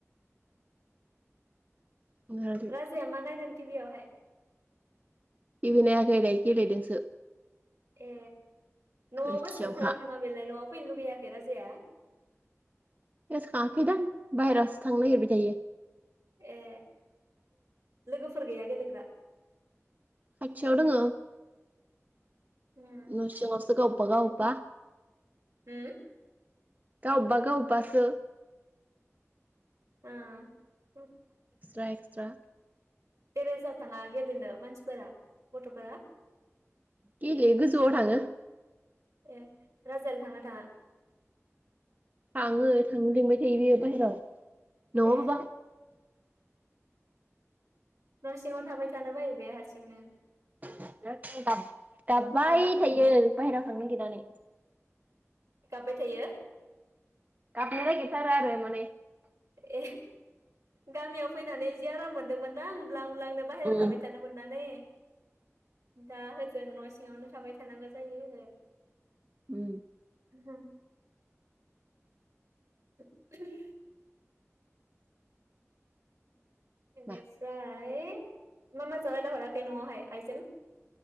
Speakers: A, on the right; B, on the right.
A: उम
B: राजाया मा नायदों। थिबियावहाय।
A: थिबि नायाखै <unintelligible> गेलेदोंसो।
B: ए नआव
A: खोरखियावहा
B: गोसखांथारा नामा बेलाय नआव फैनो लुबैया। बे राजाया।
A: गोसखाङाखैदां बायह्रासो थांनो नागिरबाय थायो।
B: ए लोगोफोर गैया गेलेग्रा।
A: खाथियाव दङ।
B: उम
A: न सिंयावसो गावबा गाव। बा।
B: होम।
A: गावबा गावबासो।
B: <unintelligible>
A: Extra extra.
B: टेरेसाव थाङा गेलेनो मानसिफोरा। गथ'फोरा।
A: गेले गोजौआव थाङो।
B: ए राजायालाय थांना थाङा।
A: थाङो थांनो लिंबाय थायो बेयो बाहेराव।
B: ए
A: <unintelligible>
B: न सिङाव थाबाय थानो बायो बे हारसिंनो।
A: <unintelligible> गाबबाय
B: हो
A: थायो बायह्रा थांनो नागिरना
B: गाबबाय थायो।
A: गाबनो नागेरथारो आरो माने
B: ए गामियाव फैनानै जि आराम मोन दो मोनदां ब्लां ब्लांनो बाहेराव
A: उम
B: थाबाय थानो मोननानै दा होजों न'सिङावनो थाबाय थानांगौ जायो।
A: उम
B: <unintelligible> <unintelligible> इनिफ्राय
A: मा
B: मा मा जानाय जाहराखै न'आवहाय आइजों